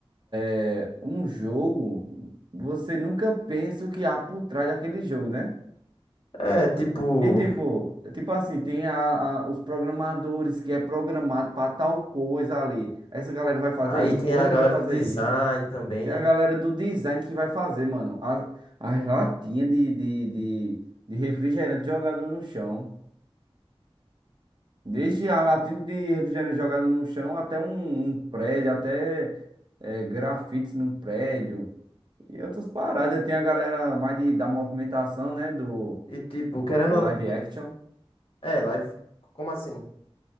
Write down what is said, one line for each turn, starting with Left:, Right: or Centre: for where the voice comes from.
Right: é, um jogo, você nunca pensa o que há por trás daquele jogo, né?
Left: É, tipo.
Right: E tipo, tipo assim, tem a, a- os programadores que é programado para tal coisa ali. Essa galera vai fazer
Left: Aí
Right: isso,
Left: tem
Right: outra
Left: a galera
Right: vai fazer
Left: do design
Right: isso.
Left: também,
Right: Tem
Left: né?
Right: a galera do design que vai fazer, mano, as, as latinhas de, de, de, de refrigerante jogada no chão. Desde a latinha de refrigerante jogada no chão até um, um prédio, até é, grafite num prédio. E outras paradas. Tem a galera mais de, da movimentação, né? Do,
Left: E, tipo, querendo.
Right: do live
Left: ou-
Right: action.
Left: É, live. Como assim?